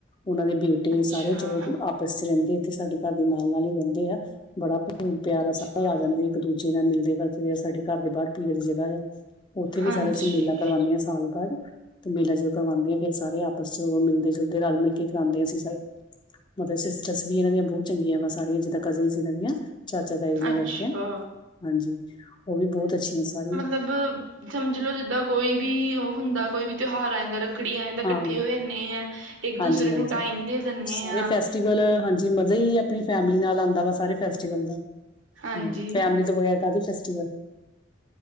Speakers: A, on the left; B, on the right.
A: ਉਹਨਾਂ, ਦੇ ਬੇਟੇ
B: ਅੱਛਾ
A: ਸਾਰੇ, ਚਲੋ ਆਪਸ ਚ ਰਹਿੰਦੇ, ਇ ਤੇ ਸਾਡੇ ਘਰ ਦੇ ਨਾਲ- ਨਾਲ ਹੀ ਰਹਿੰਦੇ ਆ, ਬੜਾ ਪਿਆਰਾ
B: ਅੱਛਾ
A: ਸਾਰੇ ਆ ਜਾਂਦੇ, ਇੱਕ ਦੂਜੇ ਨਾਲ ਮਿਲਦੇ ਬਸ ਜ, ਸਾਡੇ ਘਰ ਦੇ ਬਾਹਰ ਪੀਰ ਦੀ ਜਗ੍ਹਾ ਆ। ਉੱਥੇ ਵੀ
B: ਹਾਂਜੀ
A: ਸਾਰਾ, ਅਸੀਂ ਮੇਲਾ ਕਰਵਾਉਂਦੇ ਹਾਂ, ਸਾਲ ਬਾਅਦ ਤੇ, ਮੇਲਾ ਜੋ ਕਰਵਾਉਂਦੇ ਆ, ਫਿਰ ਸਾਰੇ ਆਪਸ ਚ ਉਹ ਮਿਲਦੇ ਜੁਲਦੇ, ਰਲ ਮਿਲ ਕੇ ਕਰਾਉਂਦੇ ਆਂ ਅਸੀ ਸਾਰੇ ਮਤਲਬ, ਸਿਸਟਰਸ ਵੀ ਇਹਨਾਂ ਦੀਆਂ ਬਹੁਤ ਚੰਗੀਆਂ ਵਾ, ਸਾਰੀਆਂ ਜਿੱਦਾਂ ਕਜ਼ਨ ਇਹਨਾਂ ਦੀਆਂ, ਚਾਚਾ ਤਾਈ ਦੀਆਂ
B: ਅੱਛਾ
A: ਲੜਕੀਆਂ ਹਾਂਜੀ, ਉਹ ਵੀ ਬਹੁਤ ਅੱਛੀਆਂ ਸਾਰੀਆਂ।
B: ਤੇ, ਬ। <unintelligible> ਸਮਝ ਲਓ, ਜਿੱਦਾਂ ਕੋਈ ਵੀ ਉਹ ਹੁੰਦਾ, ਕੋਈ ਵੀ ਤਿਉਹਾਰ ਆ ਜਾਂਦਾ। ਰਖੜੀ ਆਂ, ਜਾਂਦੀ ਇਕੱਠੇ
A: ਹਾਂ
B: ਹੋ ਜਾਂਦੇ ਆ, ਇੱਕ
A: ਹਾਂਜੀ
B: ਦੂਸਰੇ
A: ਹਾਂਜੀ
B: ਨੂੰ ਟਾਈਮ ਦੇ ਦਿੰਦੇ
A: ਸਾਰੇ
B: ਹਾਂ।
A: ਫੈਸਟੀਵਲ ਹਾਂਜੀ। <unintelligible> ਜੀ ਮਜ਼ਾ ਹੀ, ਆਪਣੀ ਫੈਮਲੀ ਨਾਲ ਆਉਂਦਾ ਵਾ ਸਾਰੇ ਫੈਸਟੀਵਲ ਦਾ। ਹੁੰ,
B: ਹਾਂਜੀ
A: ਫੈਮਲੀ ਤੋਂ ਬਗੈਰ ਕਾਹਦੀ ਫੈਸਟੀਵਲ